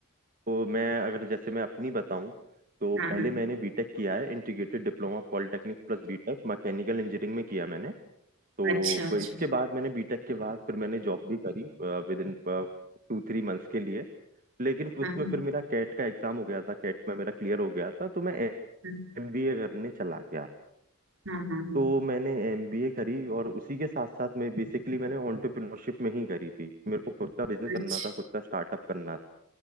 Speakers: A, on the right; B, on the right.
A: तो मैं अगर जैसे मैं अपनी बताऊं तो
B: हाँ
A: पहले
B: हाँ
A: मैंने बीटेक किया है Integrated diploma polytechnic plus B Tech mechanical engineering में किया मैंने तो
B: अच्छा अच्छा
A: प- इसके बाद मैंने बीटेक के बाद फिर मैंने जॉब भी करी with in two three months के लिए लेकिन फिर
B: हाँ
A: उसमें
B: हाँ
A: फिर मेरा कैट का एग्जाम हो गया था कैट में मेरा क्लियर हो गया था तो मैं
B: हाँ
A: एमबीए करने चला गया
B: हाँ हाँ हाँ,
A: तो मैंने एमबीए करी और उसी के साथ साथ मैं बेसिकली मैंने एंटरप्रेन्योरशिप में ही करी थी मेरे को खुद का बिजनेस
B: अच्छा
A: करना था खुद का स्टार्टअप करना